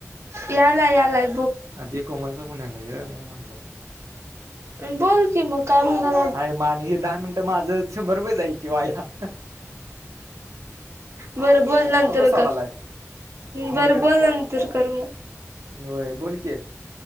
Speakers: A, on the right; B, on the right.
A: यालय यालय,
B: ''आधी कोमलचा फोन आलाय गं, म्हणून मागलं. ''
A: हं बोल कि, मग काय म्हणा-
B: ''आहे मानी, दहा मिनिटं माझं शंभर रुपये जाईल की वाया, ''
A: बरं बोल नंतर
B: सवाल
A: कर,
B: आहे.
A: बरं
B: मग
A: बोल नंतर कर मग,
B: होय बोलकी,